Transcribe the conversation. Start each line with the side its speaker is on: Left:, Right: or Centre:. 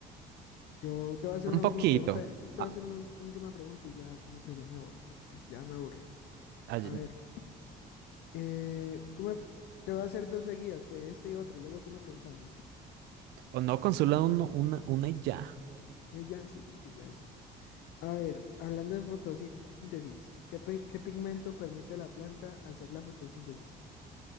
Left: Yo te voy a hacer
Right: Un
Left: una
Right: poquito.
Left: última pregunta. Yo te
Right: Ah,
Left: voy a hacer una ult- última pregunta y ya como que ya me voy, porque pues ya me aburrí.
Right: ay,
Left: A ver, eh, tú me, te voy a hacer dos seguidas, pues, este y otra, y luego tú me preguntas a mí.
Right: o no, consula uno- una, una y ya.
Left: Y ya sí, porque ya eso. A ver, hablando de fotosíntesis, ¿qué, pe- qué pigmento permite a la planta hacer la fotosíntesis?